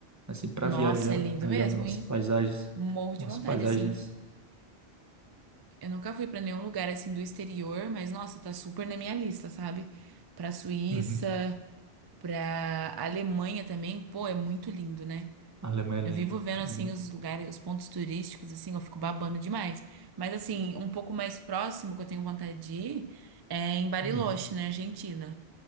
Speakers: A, on the right (about 15°); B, on the right (about 40°).
A: assim, para
B: Nossa,
A: viajar,
B: é lindo
A: né,
B: mesmo,
A: eu já vi umas
B: hein?
A: paisagens,
B: Morro
A: umas
B: de vontade,
A: paisagens.
B: assim. Eu nunca fui pra nenhum lugar assim do exterior, mas nossa, tá super na minha lista, sabe? Pra Suíça,
A: Uhum.
B: pra Alemanha também, pô, é muito lindo, né?
A: A Alemanha
B: Eu
A: é linda,
B: vivo vendo assim
A: é linda.
B: os lugares, os pontos turísticos, assim, eu fico babando demais. Mas assim, um pouco mais próximo que eu tenho vontade de ir é em Bariloche,
A: Uhum.
B: na Argentina.